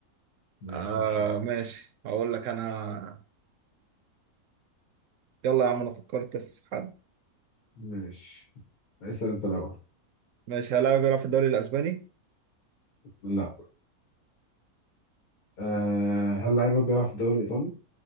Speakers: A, on the left; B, on the right.
A: ماشي
B: آه
A: هنشوف
B: ماشي هقول لك انا يلا يا عم انا فكرت في حد
A: ماشي اسأل انت الاول
B: ماشي هل لاعبك بيلعب في الدوري الاسباني؟
A: لا أه هل لعيبك بيلعب في الدوري الايطالي؟